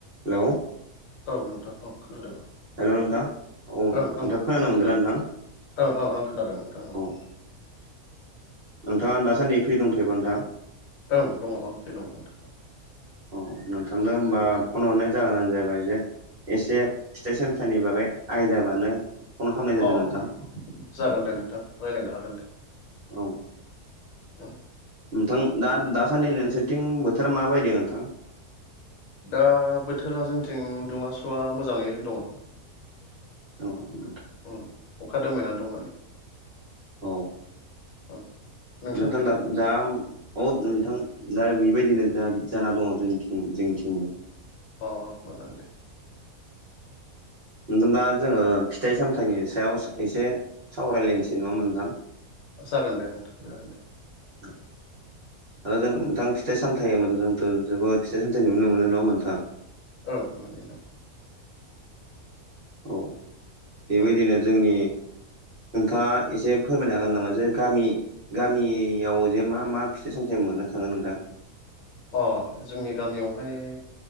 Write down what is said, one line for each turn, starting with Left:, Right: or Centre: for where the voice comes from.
Right: हेलौ।
Left: औ नोंथां औ खोनादों।
Right: हेलौ नोंथां औ
Left: ओं
Right: नोंथाङा
Left: ओं
Right: खोनानो
Left: आं
Right: मोनदोंना
Left: खोनादों
Right: नोंथां
Left: ओं ओं आं खोनादों नोंथांङा
Right: औ नोंथाङा दासान्दि फ्रि दंथैबा नोंथां।
Left: ओंङ आं फै दङ नोंथां।
Right: अ नोंथांनो होमबा फन हरनाय जाहोनानो जाहैबाय जे एसे फिथाइ सामथानि बागै। आयदा लानो फन खालामनाय जादों
Left: अ
Right: नोंथां।
Left: जागोन दे नोंथां रायज्लायनो हागोन दे।
Right: औ।
Left: औ।
Right: नोंथां दा दासान्दि नोंसोरथिं बोथोरा मा बायदों नोंथां।
Left: दा बोथोरा जोंथिं दुङाासुवा मोजाङै दङ।
Right: औ द
Left: उ अखा दोमायनानै दं माने।
Right: औ।
Left: <inaudible> नोंसोरनिथिंलाय
Right: नोंथां दा। दा औ नोंथां दा बेबायदिनो जाना दङ जोंनिं जोंनिथिंबो।
Left: अ अ मोजां दे।
Right: नथ दा जोङो फिथाइ सामथाइनि सायाव एसे सावरायलायनोसै नङामोन नोंथां।
Left: जागोन दे नोंथां जागोन दे।
Right: औ। दा जोंथां फिथ सथथाय मथ जोंथ' जोबोद फिथ सामथथाय नुनो मोनो नङा नोंथां।
Left: औ न
Right: औ बेबायदिनो
Left: उम
Right: जोंनि। नोंथाङा एसे फोरमायनो हागोन नामा जे गामि। गामियाव जे मा मा फिथाइ सामथायाइ मोननो थाङो नोंथां।
Left: अ जोंनि गामियावहाय